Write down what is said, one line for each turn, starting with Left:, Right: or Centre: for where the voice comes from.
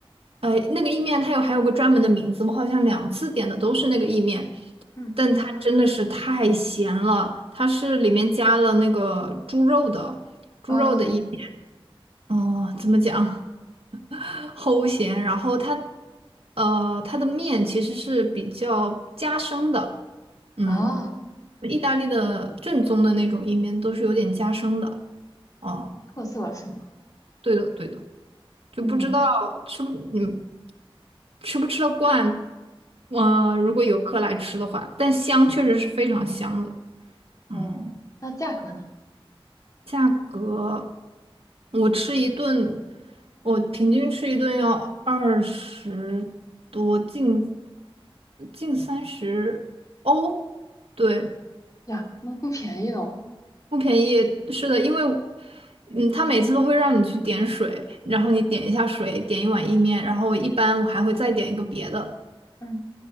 Right: 呃，那个意面它有还有个专门的名字，我好像两次点的都是那个意面，
Left: 嗯
Right: 但它真的是太咸了，它是里面加了那个猪肉的，猪肉的意面，
Left: 哦
Right: 哦、怎么讲，<laughs> 齁咸，然后它，呃，它的面其实是比较夹生的，嗯，
Left: 啊，
Right: 意大利的正宗的那种意面都是有点夹生的，哦、
Left: 特色是吗？
Right: 对的，对的，就不知道吃不你们
Left: 嗯
Right: 吃不吃得惯。呃，如果游客来吃的话，但香确实是非常香的。
Left: 哦，
Right: 嗯，
Left: 那价格呢？
Right: 价格我吃一顿，我平均吃一顿要二十多，近近三十欧。对，
Left: 呀，那不便宜哦。
Right: 不便宜，是的，因为，嗯，他每次都会让你去点水，然后你点一下水，点一碗意面，然后一般我还会再点一个别的，
Left: 嗯